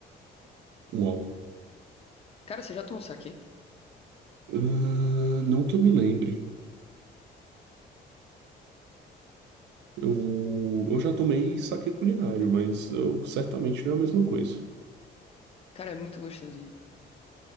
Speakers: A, on the right; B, on the left.
A: Uau.
B: Cara, você já tomou saque?
A: Ah, não que eu me lembre. Eu, eu já tomei saquê culinário, mas eu- certamente não é a mesma coisa.
B: Cara, é muito gostosinho.